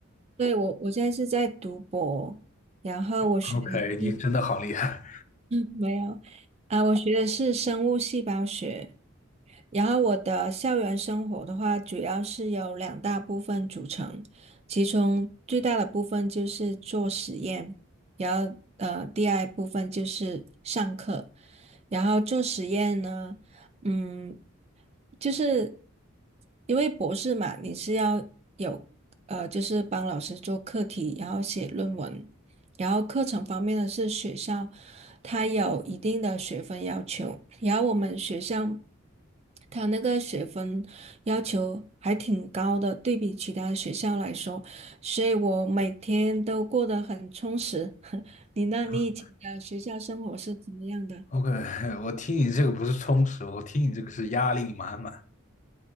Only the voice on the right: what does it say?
对我我现在是在读博，然后我学的是
没有，啊、我学的是生物细胞学，然后我的校园生活的话，主要是由两大部分组成，其中最大的部分就是做实验，然后呃，第二部分就是上课，然后做实验呢，嗯，就是因为博士嘛，你是要有呃，就是帮老师做课题，然后写论文。然后课程方面呢，是学校它有一定的学分要求，然后我们学校它那个学分要求还挺高的，对比其他学校来说，所以我每天都过得很充实。<laughs> 你呢？
你以前的学校生活是怎么样的？